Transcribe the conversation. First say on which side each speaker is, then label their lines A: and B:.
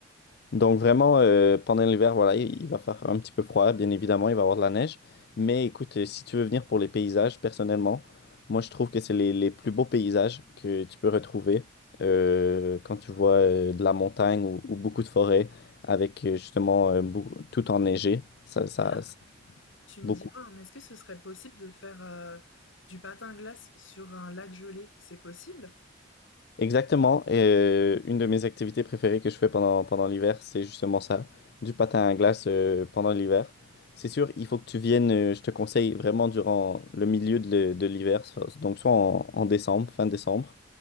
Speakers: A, on the left; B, on the left.
A: Donc vraiment, euh, pendant l'hiver, voilà, il, il va faire un petit peu froid, bien évidemment, il va y avoir de la neige. Mais écoute, euh, si tu veux venir pour les paysages, personnellement, moi je trouve que c'est les, les plus beaux paysages que tu peux retrouver euh, quand tu vois euh, de la montagne ou, ou beaucoup de forêts avec euh, justement euh, bou- tout enneigé. Ça, ça,
B: D'ailleurs,
A: ça-
B: tu me
A: beaucoup.
B: diras, hein, mais est-ce que ce serait possible de faire euh, du patin à glace sur un lac gelé? C'est possible?
A: Exactement. Et euh, une de mes activités préférées que je fais pendant, pendant l'hiver, c'est justement ça, du patin à glace euh, pendant l'hiver. C'est sûr, il faut que tu viennes, euh, je te conseille vraiment durant le milieu de, le- de l'hiver, so- donc soit en, en décembre, fin décembre,